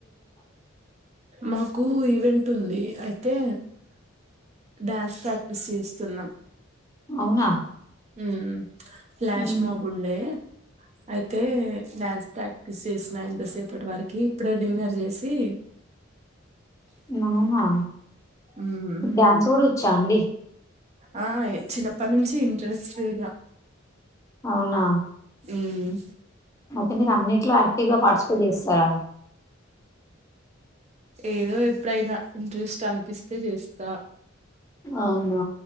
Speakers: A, on the right; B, on the left.
A: మాకు ఈవెంట్ ఉంది. అయితే డ్యాన్స్ ప్రాక్టీస్ చేస్తున్నాం.
B: అవునా?
A: ఉ ఫ్లాష్
B: హ్మ్.
A: మోబ ఉండే అయితే డ్యాన్స్ ప్రాక్టీస్ చేసిన ఇంతసేపటి వరకి ఇప్పుడే డిన్నర్ చేసి
B: నానా
A: మ్మ్
B: డ్యాన్స్ వడు చా అండి
A: ఆ చిన్నప్పటి నుంచి ఇంట్రెస్ట్గా
B: అవునా
A: ఉమ్మ్
B: అయితే మీరు అన్నింటిలో యాక్టివ్ గా పార్టిసిపేట్ చేస్తారా?
A: ఏదో ఎప్పుడైనా ఇంట్రెస్ట్ అనిపిస్తే చేస్తా.
B: అవునా